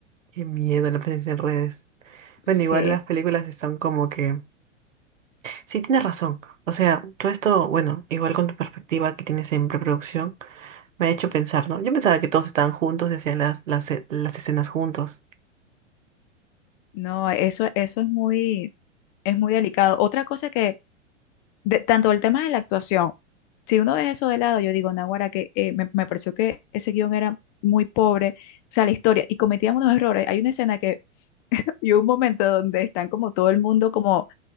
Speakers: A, on the right; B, on the left.
A: qué miedo la presencia en redes. Bueno,
B: Sí,
A: igual las películas están como que, sí, tienes razón, o sea, todo esto, bueno, igual con tu perspectiva que tienes en preproducción, me ha hecho pensar, ¿no? Yo pensaba que todos estaban juntos y hacían las, las, las escenas juntos.
B: no, eso, eso es muy, es muy delicado. Otra cosa que de- tanto el tema de la actuación, si uno deja eso de lado, yo digo, Naguará, que eh, me, me pareció que ese guión era muy pobre, o sea, la historia, y cometían unos errores. Hay una escena que, <laughs> y un momento donde están como todo el mundo, como